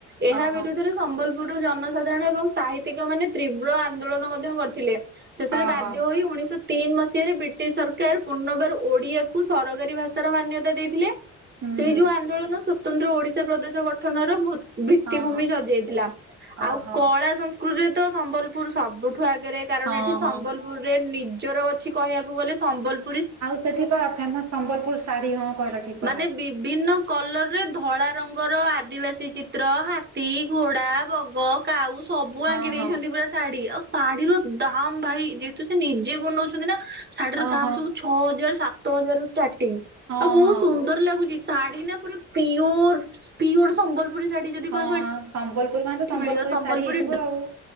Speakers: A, on the right; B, on the right.
A: ଏହା
B: ଓହୋ
A: ବିରୁଦ୍ଧରେ ସମ୍ବଲପୁରର ଜନସାଧାରଣ ଏବଂ ସାହିତ୍ୟିକ ମାନେ ତୀବ୍ର ଆନ୍ଦୋଳନ ମଧ୍ୟ କରିଥିଲେ। ଶେଷରେ
B: ଓହୋ
A: ବା ଉଣେଇଶ ତିନି ମସିହାରେ ବ୍ରିଟିଶ ସରକାର ପୁର୍ନବାର ଓଡିଆକୁ ସରକାରୀ ଭାଷାର ମାନ୍ୟତା ଦେଇଥିଲେ।
B: ହୁଁ
A: ସେଇ
B: ହୁଁ
A: ଯୋଉ ଆନ୍ଦୋଳନ ସ୍ୱତନ୍ତ୍ର ଓଡିଶା ପ୍ରଦେଶ ଗଠନର ଭୁ ଭିତ୍ତିଭୂମି
B: ହଁ ହଁ
A: ସଜେଇଥିଲା।
B: ଓହୋ
A: ଆଉ କଳା ସଂସ୍କୃତିରେ ତ ସମ୍ବଲପୁର ସବୁଠୁ ଆଗରେ। କାରଣ
B: ହଁ
A: ଏଠି ସମ୍ବଲପୁରରେ
B: ହଁ।
A: ନିଜର ଅଛି କହିବାକୁ ଗଲେ ସମ୍ବଲ
B: ଆଉ ସେଠି ପା ଫେମସ ସମ୍ବଲପୁର ଶାଢ଼ୀ ହଁ କହିଲ ଠିକ
A: ମାନେ
B: କଥା।
A: ବିଭିନ୍ନ କଲର ରେ ଧଳା ରଙ୍ଗର ଆଦିବାସୀ ଚିତ୍ର ହାତୀ, ଘୋଡା, ବଗ କାଉ ସବୁ
B: ହଁ
A: ଆଙ୍କି ଦେଇଛନ୍ତି
B: ହଁ
A: ପୁରା ଶାଢୀ। ଆଉ ଶାଢୀର ଦାମ ଭାଇ ଯେ ତ ସେ ନିଜେ ବନାଉଛନ୍ତି ନା। ଶାଢୀର
B: ଅ
A: ଦାମ
B: ହଁ
A: ସବୁ ଛଅ ହଜାର ସାତ ହଜାର ରୁ ଷ୍ଟାର୍ଟିଂ।
B: ହଁ
A: ଆଉ ବହୁତ
B: ହଁ।
A: ସୁନ୍ଦର ଲାଗୁଚି। ଶାଢୀ ନା ପୁରା ପିଓର ପିଓର ସମ୍ବଲପୁରୀ ଶାଢ଼ୀ ଯଦି
B: ହଁ
A: କହିବ ଏଠି
B: ସମ୍ବଲପୁର ମାନେ ତ
A: ମିଳିବ। ସମ୍ବଲପୁରୀ
B: ଶାଢୀ ହେଇଥିବ ଆଉ।